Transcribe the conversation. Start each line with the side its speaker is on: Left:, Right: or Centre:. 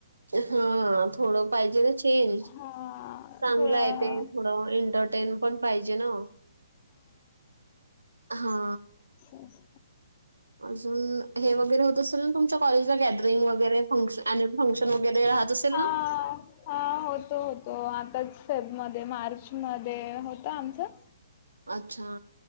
Right: हा थोडं पाहिजे ना चेंज चांगलं
Left: हा थोडं
Right: आहे ते. थोड एंटरटेन पण पाहिजे ना हा.
Left: अछ.
Right: अजून हे वगैरे होत असेल ना तुमच्या कॉलेजचा गॅदरिंग वगैर ॲनिवल फंक्शन वगैरे राहत असेल.
Left: हा.
Right: ना?
Left: हा होतो होतो आताच फेबमध्येध्ये मार्चमध्ये होत आमचं.
Right: अच्छा.